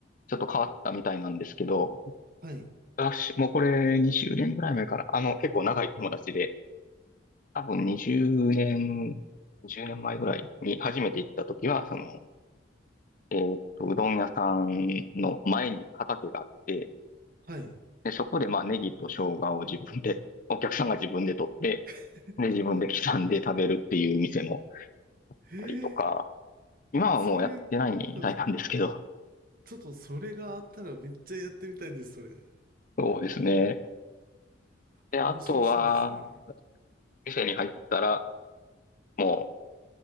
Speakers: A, on the left; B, on the right.
A: ちょっと変わったみたいなんですけど、
B: はい。
A: 私、もうこれ20年ぐらい前から、あの、結構長い友達で、多分20年、10年前ぐらいに初めて行った時は、その、えーっと、うどん屋さんの前に畑があって、
B: はい。
A: で、そこでまあネギと生姜を自分で、<laughs> お客さんが自分で取って、
B: <laughs>
A: で、自分で刻んで食べるっていう店も
B: へえ。
A: あったりとか、今はもうやってないみたいなんですけど、
B: それ、なんか、ちょっとそれがあったらめっちゃやってみたいです、それ。
A: <laughs> そうですね。で、
B: 面白そうですね。
A: あとは、店に入ったら、も